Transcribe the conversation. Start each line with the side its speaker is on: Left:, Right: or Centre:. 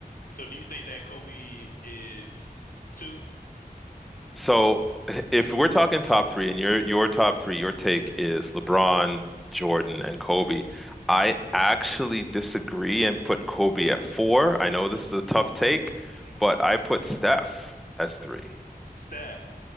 Left: so do you think that Kobe is two?
Centre: So if we're talking top three and your your top three, your take is LeBron, Jordan, and Kobe. I
Left: Mm,
Centre: actually disagree and put Kobe at four. I know this is a tough take,
Left: mm,
Centre: but I put Steph as three.
Left: Steph.